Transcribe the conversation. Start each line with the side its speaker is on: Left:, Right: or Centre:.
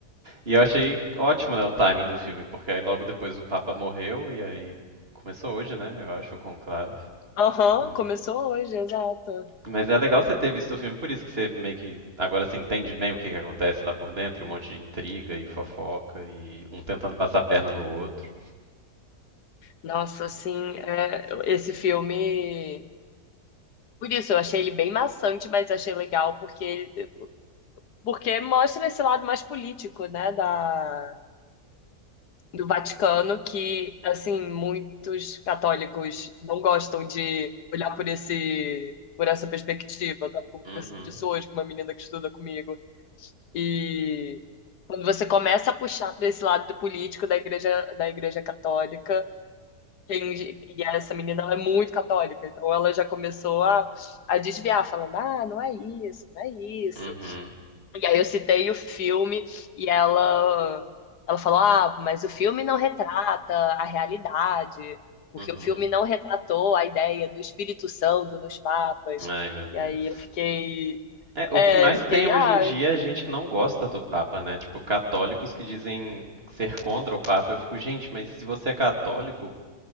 Right: E eu achei ótimo, né, o timing do filme, porque aí logo depois o Papa morreu e aí começou hoje, né, eu acho, o conclave.
Left: Aham,
Right: Então...
Left: <laughs> começou hoje, exato.
Right: Mas é legal você ter visto o filme, por isso que você meio que agora você entende bem o que, que acontece lá por dentro, e um monte de intriga e fofoca e um tentando passar a perna no outro.
Left: Nossa, assim, é, esse filme. Por isso, eu achei ele bem maçante, mas achei legal, porque, ele- porque mostra esse lado mais político, né? Da, do Vaticano que, assim, muitos católicos não gostam de olhar por esse, por essa perspectiva. Eu tava conversando
Right: Uhum,
Left: disso hoje com uma menina que estuda comigo. E quando você começa a puxar para esse lado político da igreja, da igreja católica, tem- e essa menina ela é muito católica, então ela já começou a, a desviar, falando: ah, não é isso, não é isso.
Right: uhum,
Left: E aí eu citei o filme e ela ela falou: "Ah, mas o filme não retrata a realidade, porque
Right: uhum.
Left: o filme não retratou a ideia do Espírito Santo nos papas".
Right: Ai, meu Deus.
Left: E aí eu fiquei,
Right: É,
Left: é,
Right: o que mais
Left: eu fiquei,
Right: tem hoje
Left: ah,
Right: em dia é gente que não gosta do Papa, né? Tipo, católicos que dizem ser contra o Papa. Eu fico, gente, mas se você é católico,